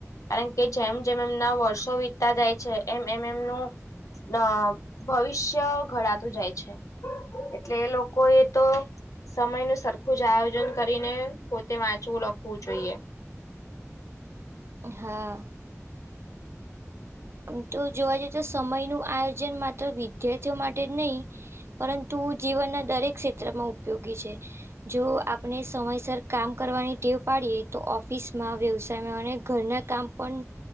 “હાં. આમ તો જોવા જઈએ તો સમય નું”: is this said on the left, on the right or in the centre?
Right